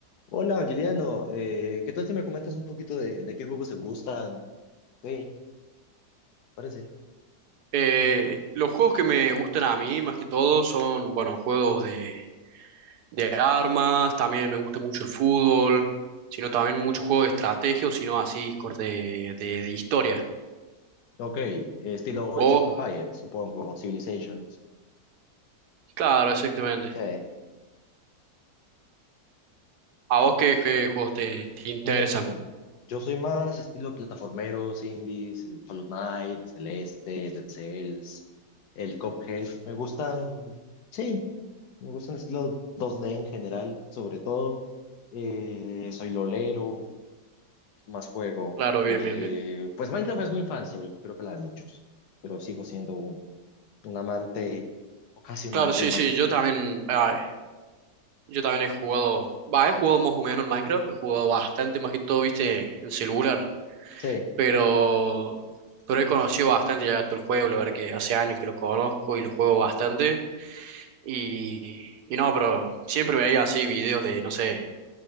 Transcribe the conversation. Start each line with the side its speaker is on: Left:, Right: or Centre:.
Left: Hola, Guiliano. Eh, ¿qué tal si me comentas un poquito de, de qué juegos te gustan? Sí, parece.
Right: Eh, los juegos que me gustan a mí, más que todo, son, bueno, juegos de, de armas, también me gusta mucho el fútbol, sino también muchos juegos de estrategia, o sino así, cor- de, de, de historia.
Left: Ok, eh, estilo
Right: ¿Vos?
Left: Age of Empires, supongo, Civilizations.
Right: Claro, exactamente.
Left: Sí.
Right: ¿A vos qué, qué juegos te, te interesan?
Left: Mm, yo soy más estilo plataformeros, indies, el Fall Out Knight, Celeste, Dead Cells, el Cuphead. Me gustan, sí, me gustan estilo 2D en general, sobre todo. Eh, soy lolero, más juego.
Right: Claro, bien,
Left: Eh,
Right: bien, bien.
Left: pues Minecraft es mi infancia y creo que la de muchos, pero sigo siendo un, un amante ocasional
Right: Claro, sí,
Left: del Minecraft.
Right: sí, yo también, ah, yo también he jugado, va, he jugado más o menos en Minecraft, he jugado bastante, más que todo, viste, en celular.
Left: Sí,
Right: pero, pero he conocido bastante ya todo el juego, la verdad que hace años que lo conozco y lo juego bastante. Y, y no, pero siempre veía así videos de, no sé,